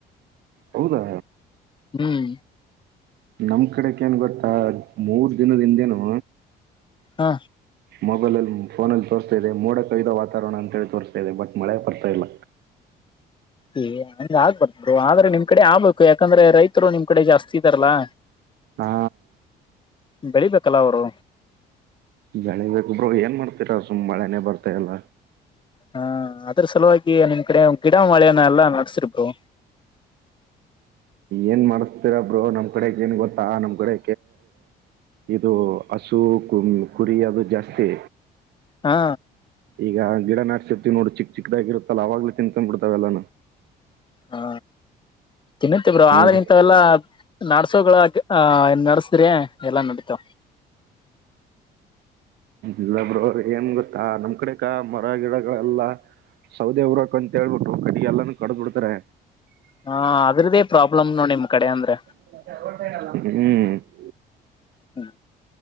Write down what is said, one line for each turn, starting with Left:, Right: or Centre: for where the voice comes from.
Right: ಹೌದಾ
Left: ಹ್ಮ್
Right: ನಮ್ ಕಡೆ ಕ ಏನ್ ಗೊತ್ತಾ ಮೂರ್ ದಿನದಿಂದೇನು
Left: ಹಾ
Right: ಮೊಬೈಲ್ ಅಲ್ಲಿ ಫೋನಲ್ಲಿ ತೋರಿಸ್ತಾ ಇ ಮೋಡ ಕೈದ ವಾತಾವರಣ ಅಂತ ಹೇಳಿ ತೋರಿಸ್ತಾ ಇದೆ ಬಟ್ ಮಳೆ ಬರ್ತಾ ಇಲ್ಲ
Left: ಹ ಹ ಆಗ್ಬರ್ರು ಆದ್ರೆ ನಿಮ್ ಕಡೆ ಆಬೇಕು ಯಾಕಂದ್ರೆ ರೈತರು ನಿಮ್ ಕಡೆ ಜಾಸ್ತಿ ಇದಾರಲ್ಲಾ
Right: ಹಾ
Left: ಬೆಳಿಬೇಕಲ್ಲ ಅವರು
Right: ಬೆಳಿಗ್ ಬುಬ್್ರರು ಏನ್ ಮಾಡ್ತೀರ ಸುಮ್ ಮಳೆನೆೇ ಬರ್ತಾಯಲ್ಲ
Left: ಹಾ ಅದ್ರ ಸಲುವಾಗಿ ನಿಮ್ ಕಡೆ ಗಿಡ ಮಳೆಯನ್ನ ಎಲ್ಲಾ ನಡೆಸ್ತ್ರೀ ಬ್ರೋ
Right: ಏನ್ ಮಾಡಸ್ತೀರಬ್್ರರು ನಮ್ ಕಡೆಗ್ ಏನ್ ಗೊತ್ತಾ ನಮ್ ಕಡೆ ಇದು ಹಸು ಕು ಕುರಿ ಅದು ಜಾಸ್ತಿ
Left: ಹಾ
Right: ಈಗ ಗಿಡ ನಾಟಸಿರ್ತಿವಿ ನೋಡ್ ಚಿಕ್ ಚಿದಾಗಿರುತ್ತಲ್ಲ ಅವಾಗ್ಲ ತಿನ್ಕೊಂಡ್ ಬಿಡ್ಾವಲ್ಲಾ
Left: ಹಾ ತಿನ್ನುತ್ತೇ ಬ್ರೋ
Right: ಹ್ಮ್
Left: ಆದ್ರೆ ಇಂತ ಎಲ್ಲ ನಡ್ಸೋಗಳ ಆ ನಡೆಸ್ರಿ ಎಲ್ಲಾ ನಡಿತಾವ್
Right: ಇಲ್ಲ ಬ್ರೋ ಏನ್ ಗೊತ್ತಾ ನಮ್ ಕಡೆೇಕ ಮರ ಗಿಡಗಳೆಲ್ಲ ಸೌದೆೇ ಊರಕ ಅಂತೇಳ್ಬಿಟ್ಟು ಕಟ್ಟಿಗೆ ಎಲ್ಲಾನು ಕಡ್ದ್ಬ ಬಿಡ್ತಾರೆ
Left: ಹಾ ಅದ್ರದೇ ಪ್ರಾಬ್ಲಮ್ ನೋಡಿ ನಿಮ್ ಕಡೆ ಅಂದ್ರೆ
Right: ಹ್ಮ್
Left: ಹ್ಮ